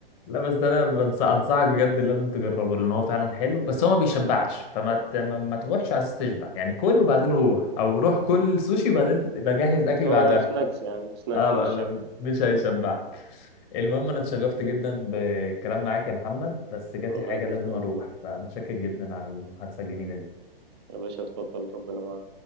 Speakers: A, on the left; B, on the right.
A: لا بس انا بنص- انصحك بجد لازم تجربه لان هو فعلا حلو بس هو ما بيشبعش فما ت... ما ما تروحش على اساس تشبع يعني كل وبعدين روح او روح كل سوشي وبعدين تبقى جهز اكل
B: هو
A: بعدها
B: سناكس يعني سناكس
A: اه
B: في
A: ما-
B: الشارع
A: مش هيشبعك المهم انا اتشرفت جدا بالكلام معاك يا محمد بس جات
B: والله
A: لي حاجه
B: تسلم
A: لازم اروح
B: والله
A: فمتشكر جدا على المحادثه الجميله دي
B: يا باشا اتفضل ربنا معاك